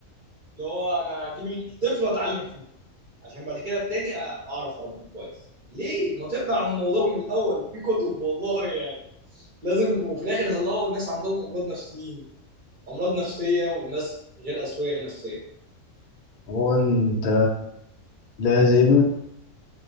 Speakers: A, on the right; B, on the left.
A: اللي هو انا هجيب الطفل واتعلم فيه عشان بعد كده التاني أ- اعرف اربيه كويس ليه ما تقرا عن الموضوع من الاول في كتب والله لازم وفي الاخر يطلعوا ناس عندهم امراض نفسيين امراض نفسيه وناس غير اسويه نفسيه
B: هو انت لازم